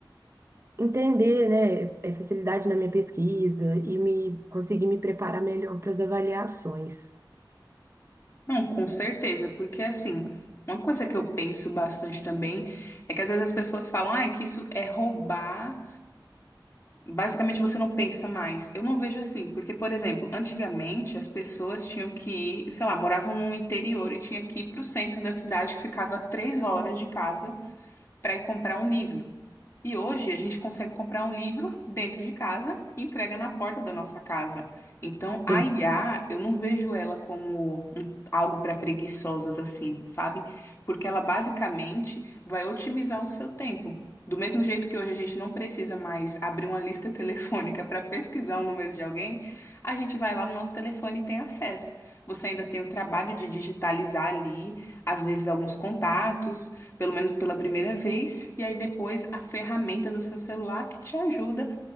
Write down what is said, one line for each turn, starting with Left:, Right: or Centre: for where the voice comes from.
Right: entender, né, é é facilidade na minha pesquisa e me conseguir me preparar melhor para as avaliações.
Left: Não, com certeza, porque assim, uma coisa que eu penso bastante também é que às vezes as pessoas falam, ah, que isso é roubar. Basicamente você não pensa mais. Eu não vejo assim, porque, por exemplo, antigamente as pessoas tinham que ir, sei lá, moravam no interior e tinha que ir pro centro da cidade que ficava a três horas de casa para ir comprar um livro. E hoje a gente consegue comprar um livro dentro de casa e entrega na porta da nossa casa. Então, a
Right: Sim,
Left: IA, eu não vejo ela como um- algo para preguiçosos assim, sabe? Porque ela basicamente vai otimizar o seu tempo. Do mesmo jeito que hoje a gente não precisa mais abrir uma lista <laughs> telefônica para pesquisar o número de alguém, a gente vai lá no nosso telefone e tem acesso. Você ainda tem o trabalho de digitalizar ali, às vezes, alguns contatos pelo menos pela primeira vez, e aí depois a ferramenta do seu celular que te ajuda